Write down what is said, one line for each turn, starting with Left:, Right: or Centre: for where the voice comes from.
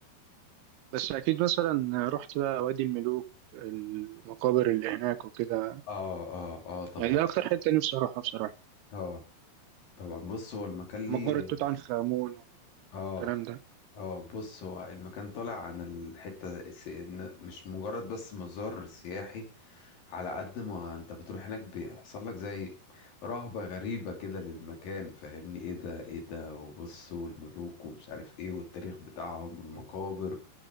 Right: بس اكيد مثلا رحت بقى وادي الملوك المقابر اللي هناك وكده
Left: اه اه اه طبعا
Right: يعني دي اكتر حته نفسي اروحها بصراحه
Left: اه طبعا بص هو المكان ليه
Right: مقبره توت عنخ امون والكلام
Left: اه اه بص هو المكان طالع عن الحتة الس- إن مش مجرد بس مزار سياحي على قد ما انت بتروح هناك بيحصل لك زي رهبة غريبة كده للمكان فاهمني ايه ده ايه ده وبص والملوك ومش عارف ايه والتاريخ بتاعهم والمقابر